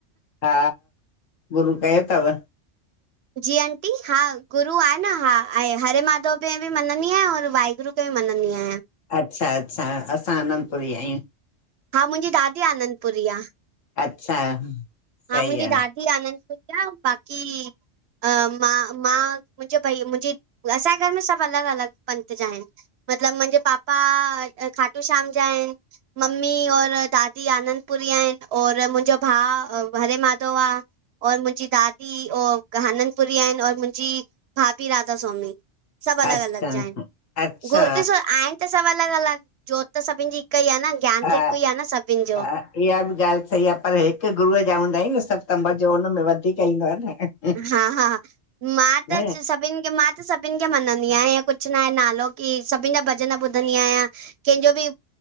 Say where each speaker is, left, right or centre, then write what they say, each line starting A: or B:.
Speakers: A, on the left; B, on the right.
A: हा, गुरू कयो तव?
B: जी आंटी, हा गुरू आहे न हा हरे माधव खे बि मञंदी आहियां और वाहेगुरु खे बि मञंदी आहियां।
A: अच्छा अच्छा असां आनंदपुरी आहियूं।
B: हा मुंहिंजी दादी आनंदपुरी आ।
A: अच्छा
B: हा,
A: सही
B: मुंहिंजी
A: आहे
B: दादी आनंदपुरी आ बाक़ी अ मां मां मुंहिंजे भई मुंहिंजी असांजे घर में सभु अलॻ अलॻ पंथ जा आहिनि। मतलब मुंहिंजे पापा खाटू श्याम जा आहिनि मम्मी और दादी आनंदपुरी आहिनि और मुंहिंजो भाउं हरे माधव आ। और मुंहिंजी दादी आनंदपुरी आहिनि और मुंहिंजी भाभी राधा स्वामी। सभु अलॻ
A: अच्छा
B: अलॻ जा आहिनि
A: अच्छा
B: ॾिसो आहिनि सभु अलॻि अलॻि जोत त सभिनि जी हिक ई आहे न। ज्ञान
A: हा
B: त हिकु ई आहे न सभिनि जो
A: हा इहा बि ॻाल्हि सही आ पर हिकु गुरूअ जा हूंदा आहियूं न सभ तं मज़ो हुन में वधीक ईंदो आ न
B: हा हा मां
A: न
B: त सभ सभिनि खे मां त सभिनि खे मञनंदी आहियां कुझु ना आहे नालो की सभिनि जा भॼन ॿुधंदी आहियां कंहिंजो बि